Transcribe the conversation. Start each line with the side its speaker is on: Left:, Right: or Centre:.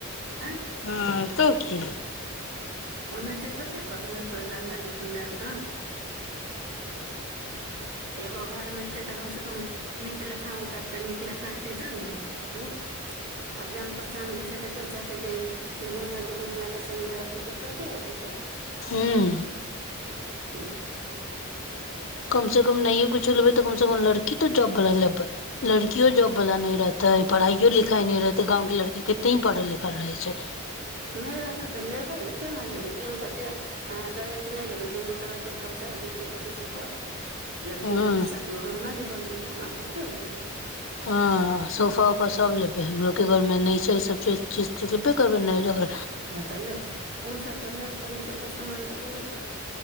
Right: आ <unintelligible>
Left: हँ तऽ की
Right: ओनाहिते थोरके क लेबै पहिले ल एगो घर मे एतै तऽ कम से कम <unintelligible> नीक लेखा उतरतै नीक लेखा एतै त न ऊं आब जान पहचान के छै तऽ केओ चाहते जे भिखमङ्गा दुखम्गां के संग धरादेतै थोरके अथी कलेबै
Left: हूं
Right: हँ
Left: कम से कम नहियो कुच्छो लेबै तऽ कम से कम लड़की तो जॉब वाला लेबै लड़कियो जॉब वाला नई रहतै पढ़ाइयो लिखाई नई रहतै गाँवके लड़की केत्ते ही पढ़ल लिखल रहै छैइ
Right: नहि रहतै तऽ लेबे केना लेबै गिन कऽ जे दहेज नई लेबै दुनू तरफके खर्चा जतेक हेतै से करौ लड़की
Left: हँ
Right: के पैसा त उ गहना जेबर ओना थोड़केे हो जाइ छैइ
Left: हँअ सोफा उफा सब लेबै हमरो के घर मे नई छैइ ई सब चीज तऽ लेबे करबै नइ जे अग
Right: हँअ् तऽ ले ओसभ तऽ लेब फर्नीचर के सामान तऽ लेबे करबै